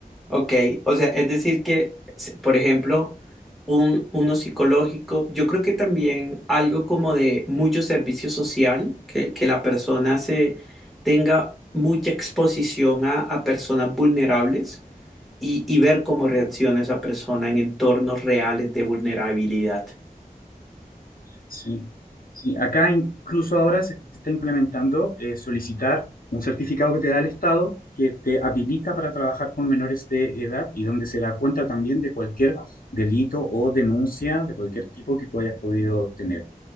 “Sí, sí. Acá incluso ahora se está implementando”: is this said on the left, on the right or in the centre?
Left